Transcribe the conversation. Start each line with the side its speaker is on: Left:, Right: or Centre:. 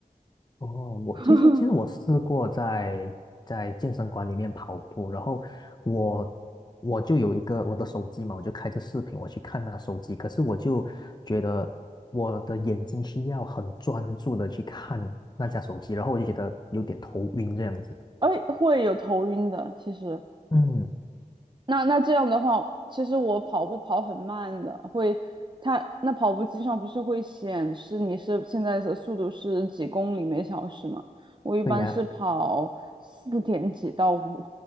Left: 然后我其实其实我试过在在健身馆里面跑步，
Right: <laughs>
Left: 然后我我就有一个我的手机嘛，我就开着视频我去看那手机，可是我就觉得我的眼睛需要很专注的去看那架手机，然后我就觉得有点头晕这样子。
Right: 哎，会有头晕的，其实。
Left: 嗯，
Right: 那那这样的话，其实我跑步跑很慢的，会，它那跑步机上不是会显示你是现在的速度是几公里每小时吗？我一般是跑四点几到五，
Left: 对呀。